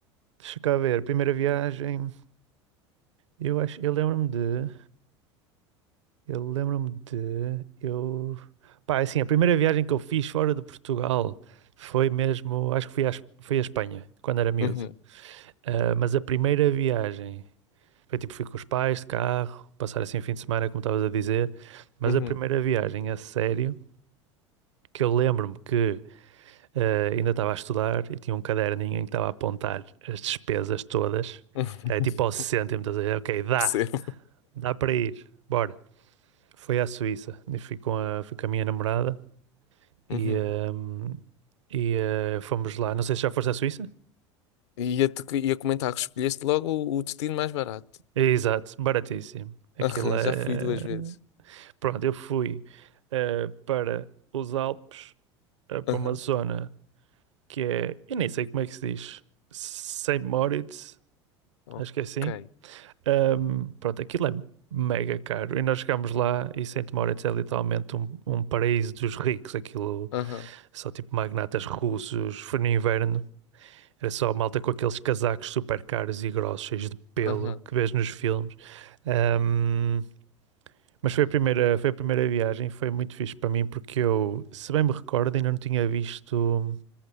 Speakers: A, on the right; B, on the left.
A: Deixa cá ver, primeira viagem. Eu acho, eu lembro-me de. Eu lembro-me de. Eu. Pá, assim, a primeira viagem que eu fiz fora de Portugal foi mesmo. Acho que fui à, Es- fui à Espanha, quando era miúdo.
B: Uhum,
A: Ah, mas a primeira viagem foi tipo, fui com os pais de carro, passar assim o fim de semana, como estavas a dizer. Mas
B: uhum,
A: a primeira viagem a sério, que eu lembro-me que ah, ainda estava a estudar e tinha um caderninho em que estava a apontar as despesas todas.
B: <laughs>
A: Era tipo ao cêntimo, estás a dizer, ok, dá,
B: Percebo.
A: dá para ir, bora. Foi à Suíça e fui com a, fui com a minha namorada.
B: Uhum.
A: E, hum, e eh, fomos lá. Não sei se já foste à Suíça?
B: E Ia-te, ia comentar que escolheste logo o, o destino mais barato.
A: Exato, baratíssimo. Aquilo
B: Aham,
A: é.
B: Já fui duas vezes.
A: Pronto, eu fui eh, para os Alpes, eh, para
B: Aham,
A: uma zona que é. Eu nem sei como é que se diz. Saint Moritz,
B: Ok.
A: acho que é assim. Hum, pronto, aquilo é mega caro. E nós chegámos lá e Saint Moritz é literalmente um, um paraíso dos ricos. Aquilo
B: Aham,
A: só tipo magnatas russos. Foi no inverno Era só malta com aqueles casacos super caros e grossos, cheios de pelo,
B: aham.
A: que vês nos filmes. Ahm, mas foi a primeira, foi a primeira viagem, foi muito fixe para mim, porque eu, se bem me recordo, ainda não tinha visto.